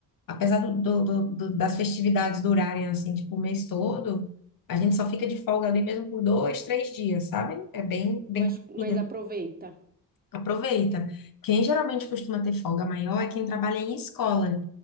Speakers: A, on the left; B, on the right.
A: Apesar do, do- do- do- das festividades durarem assim, tipo, o mês todo, a gente só fica de folga ali mesmo por dois, três dias, sabe? É bem, bem
B: Mas,
A: curtinho.
B: mas aproveita.
A: Aproveita. Quem geralmente costuma ter folga maior é quem trabalha em escola,